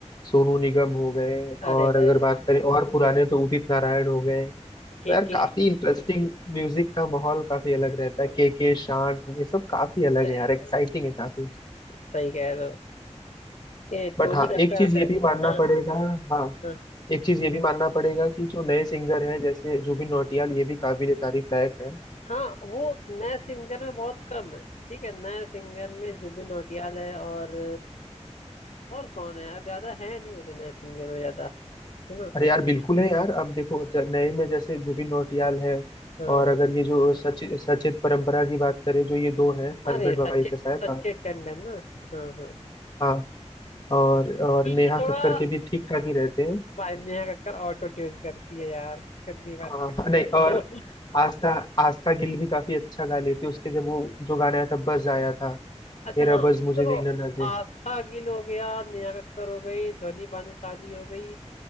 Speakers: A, on the left (about 35°); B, on the left (about 70°).
A: सोनू निगम हो गए
B: अरे
A: और
B: भाई
A: अगर बात करें और पुराने तो उदित नारायण हो गए तो
B: के
A: यार
B: के
A: काफी इंटरेस्टिंग म्यूजिक का माहौल काफी अलग रहता
B: अरे
A: है के के शान ये सब काफी अलग है यार
B: भाई
A: एक्साइटिंग है काफी
B: सही कह रहे हो ये
A: बट
B: टोनी
A: हाँ
B: कक्कर
A: एक चीज
B: से
A: ये भी मानना
B: हाँ
A: पड़ेगा हाँ
B: हाँ
A: एक चीज ये भी मानना पड़ेगा कि जो नए सिंगर हैं जैसे जुबिन नौटियाल ये भी काबिल तारीफ लायक है
B: हाँ वो नए सिंगर में बहुत कम है ठीक है नए सिंगर में जुबिन नौटियाल है और और कौन है यार ज्यादा है नहीं वैसे नए सिंगर में ज्यादा है ना
A: अरे यार बिल्कुल है यार अब देखो ज- नए में जैसे जुबिन नौटियाल है
B: हाँ
A: और अगर ये जो सचित सचेत परंपरा की बात करें जो ये दो हैं हस्बैंड
B: अरे
A: वाइफ
B: सचिन
A: है शायद
B: सचिन
A: हाँ
B: टंडन ना हाँ हाँ
A: हाँ और और
B: ये
A: नेहा
B: ये थोड़ा
A: कक्कर के भी ठीक ठाक ही रहते हैं
B: भाई नेहा कक्कड़ ऑटो ट्यून करती है यार गंदी बात
A: हाँ
B: करते
A: नहीं
B: हो
A: और आस्था आस्था गिल भी काफी अच्छा गा लेती है उसके जब वो जो गाना आया था बज आया था
B: <laughs> अच्छा
A: तेरा
B: हाँ
A: बज मुझे
B: तो
A: जीना ना दे
B: आस्था गिल हो गया नेहा कक्कड़ हो गई ध्वनि भानुशाली हो गई